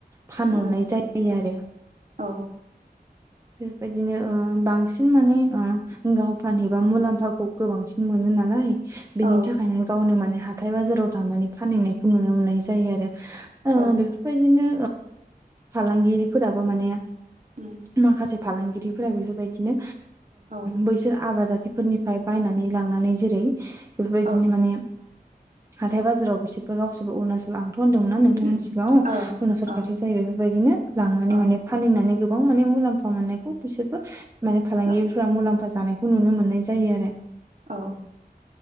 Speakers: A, on the right (about 20°); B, on the right (about 50°).
A: फानहरनाय
B: उम
A: जायो आरो
B: औ
A: बेफोरबायदिनो ओ बांसिन माने ओ गाव फान एबा मुलाम्फाखौ गोबांसिन मोनो नालाय बेनि
B: औ
A: थाखायनो गावनो माने हाथाय बाजाराव थांनानै फानहैनायखौ नुनो मोननाय जायो आरो ओ
B: औ
A: बेफोरबायदिनो फालांगिरिफोराबो माने
B: उम
A: माखासे फालांगिरिफोरा बेफोरबायदिनो
B: औ
A: बैसोर आबादारि फोरनिफ्राय बायनानै लांनानै जेरै बेफोरबायदिनो
B: औ
A: माने हाथाय बाजाराव बिसोर बे गावसबो अरुणचल आं दंना नोंथांनि
B: उम
A: सिगाङाव
B: उम
A: उनावसर
B: ओं
A: खाथि जायो बेफोरबायदिनो लांनानै
B: ओं
A: माने फानहैनानै गोबां माने मुलाम्फा मोननायखौ बिसोरबो माने फालांगिफ
B: औ
A: मुलाम्फा जानायखौ नुनो मोननाय जायो आरो
B: औ